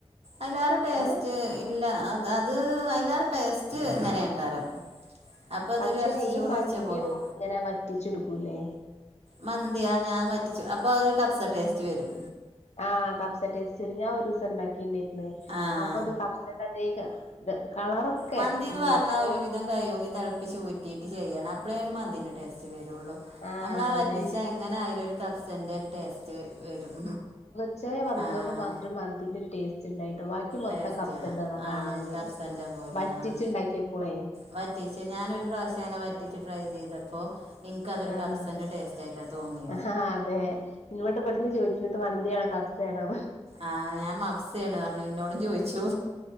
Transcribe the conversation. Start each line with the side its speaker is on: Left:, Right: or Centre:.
Right: അയിലാരെടേസ്റ്റ്.
Left: ഏഹ്
Right: ഇല്ല അ അത് അയ്ലാറെ ടേസ്റ്റ് ഇങ്ങനെക്കാരം. അപ്പൊ അതൊരു
Left: പക്ഷെ
Right: ഇറച്ചി
Left: ഈ
Right: ചോറ്
Left: മന്തിയും
Right: വെച്ചാ പോലോ.
Left: ഇങ്ങനെ വറ്റിച്ചെടുക്കൂല്ലേ
Right: മന്തിയാ ഞാൻ വറ്റിച്ചു അപ്പൊ കബ്സ ടേസ്റ്റ് വരും.
Left: ആഹ് കബ്സട്ടെസ്റ്റ്‌ വരു ഞാൻ ഒരു ദിവസം ഇണ്ടാകിണ്ടായിന്നു.
Right: ആഹ്
Left: അപ്പൊ അത് കബ്സന്റെ അതെ ഇത് കളറൊക്കെ
Right: മന്തിന്ന്
Left: ഉം
Right: പറഞ്ഞാൽ
Left: ചോറ്
Right: ഒരു വിധ കയ്യൊങ്കിൽ തളപ്പിച്ചുറ്റിട്ടു ചെയ്യണം അപ്പഴേ ഒരു മന്തിന്റെ ടെസ്റ്റ് വെറുള്ളൂ
Left: ആഹ്
Right: നമ്മളാ വറ്റിച്ചാ
Left: അതെ
Right: എങ്ങനെ ആയാലും ഒരു കബ്സന്റെ ഒരു ടേസ്റ്റ് വരും.
Left: ചച്ചചോയ വന്നതുകൊണ്ട്
Right: ആഹ്
Left: മാത്രം മന്തിന്റെ ഒരു ടേസ്റ്റ് ച്ചണ്ടായിട്ടോ ബാക്കി മൊത്തം
Right: ടേസ്റ്റ്
Left: കബ്സന്റെതാ
Right: ആഹ്
Left: കാണാന്
Right: കബ്സന്റെ പോലെ
Left: വറ്റിച്ചുണ്ടാക്കിയപ്പോളയ്യ്
Right: ആഹ് വറ്റിച്ച് ഞാനൊരു പ്രാവശ്യം അങ്ങെ വറ്റിച്ച് ട്രൈ ചെയ്തപ്പോൊ എനിക്കതൊരു
Left: ആഹ്
Right: കപ്സന്റെ ടേസ്റ്റ് കബ്സ ആയിട്ടാ തോന്നി
Left: ആഹാ അതെ ഇന്നോട്ട് ഇവ്ട്ന്ന് ചോയ്ച്ചു ഇത് മന്തിആണോ കബ്സെണോ.
Right: ആഹ് ഞാൻ മാബ്സ ണു പറഞ്ഞു ഇന്നോടും ചോദിച്ചു